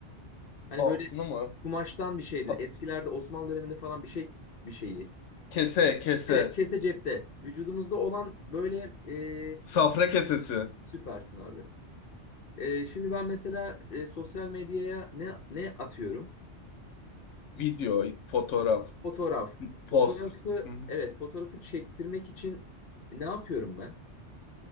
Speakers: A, on the left; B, on the left.
A: Hani
B: Altını
A: böyle
B: mı?
A: kumaştan bir şeydir.
B: Ha-
A: Eskilerde Osmanlı döneminde falan bir şey bir şeyi.
B: Kese kese.
A: Evet, kese cepte. Vücudumuzda olan böyle e,
B: Safra kesesi.
A: süpersin abi. Ee, şimdi ben mesela e, sosyal medyaya ne ne atıyorum?
B: Video, fotoğraf.
A: Fotoğraf.
B: Poz.
A: Fotoğrafı
B: Hı hı.
A: evet fotoğrafı çektirmek için ne yapıyorum ben?